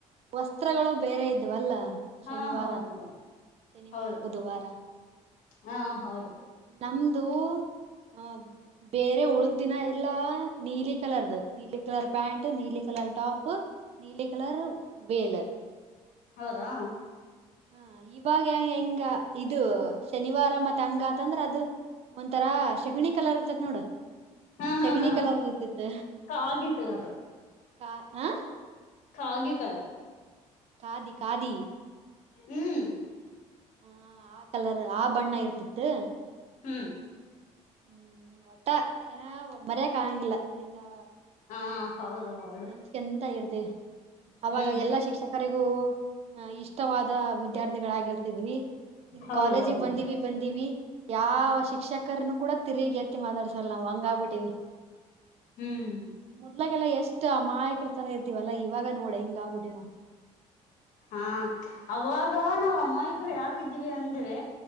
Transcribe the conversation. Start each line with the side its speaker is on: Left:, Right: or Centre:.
Right: ವಸ್ತ್ರಗಳು ಬೇರೆ ಇದ್ವಲ್ಲ.
Left: ಹಾ
Right: ಶನಿವಾರ
Left: ಹೌದು ಹೌದು
Right: ಶನಿವಾರ
Left: ಹೌದು
Right: ಬುಧವಾರ
Left: ಹಾ ಹೌದು.
Right: ನಮ್ದು ಅ ಬೇರೆ ಉಳ್ದ ದಿನ ಎಲ್ಲಾ ನೀಲಿ ಕಲರ್ದು. ನೀಲಿ ಕಲರ್ ಪ್ಯಾಂಟ ನೀಲಿ ಕಲರ್ ಟಾಪ ನೀಲಿ ಕಲರ್ ವೇಲ್.
Left: ಹೌದಾ
Right: ಹಾ ಇವಾಗ ಹೆ ಹೆಂಗ ಇದು ಶನಿವಾರ ಮತ ಹಂಗಾತಂದ್ರ ಅದು. ಒಂತರಾ ಶಗಣಿ ಕಲರ್ ಇರ್ತತ ನೋಡ.
Left: ಹಾ
Right: ಶಗಣಿ
Left: ಹಾ ಹಾ
Right: ಕಲರ್ ಇರ್ತಿತ್ತ
Left: ಕಾಗಿ ಕಲರ್
Right: ಕಾ ಹ.
Left: ಕಾಗೆ ಕಲರ್.
Right: ಕಾದಿ ಕಾಧಿ.
Left: ಹ್ಮ್
Right: ಹ ಆ ಕಲರ್ ಆ ಬಣ್ಣ ಇರ್ತಿತ್ತು.
Left: ಹ್ಮ್
Right: ಹ್ಮ್ ಒಟ್ಟ ಏನ ಮರ್ಯಕ್ ಆಂಗಿಲ್ಲ ಎಲ್ಲಾ.
Left: ಹಾ ಹೌದು ಹೌದು
Right: ನೆನ್ಸಕಂತ ಇರ್ದವಿ ಅವಾಗ
Left: ಹ್ಮ್
Right: ಎಲ್ಲಾ ಶಿಕ್ಷ ಕರಿಗೂ ಹ್ಮ್ ಇಷ್ಟವಾದ ವಿದ್ಯಾರ್ಥಿಗಳಾಗಿರ್ ತ್ತಿದ್ವಿ ಇದ
Left: ಹೌದು
Right: ಕಾಲೇಜಿಗೆ
Left: ಹೌದು
Right: ಬಂದಿವಿ ಬಂದೀವಿ. ಯಾವ ಶಿಕ್ಷಕರನು ಕೂಡ ತಿರ್ಗ ಎತ್ತಿ ಮಾತಾಡ್ಸಲ್ಲ ನಾವು ಹಂಗ ಆಗ್ಬಿಟ್ಟಿವಿ.
Left: ಹ್ಮ್
Right: ಮೊದ್ಲಗೆಲ್ಲ ಎಷ್ಟು ಅಮಾಯಕರತರ ಇರ್ತೀವಲ್ಲಾ ಇವಾಗ ನೋಡೆ ಹೆಂಗ್ ಆಗ್ಬಿಟ್ಟಿವ ನಾವ್
Left: ಹಾ ಅವಾಗ ನಾವ್ ಅಮಾಯಕರು ಯಾಕಿದ್ವಿ ಅಂದ್ರೆ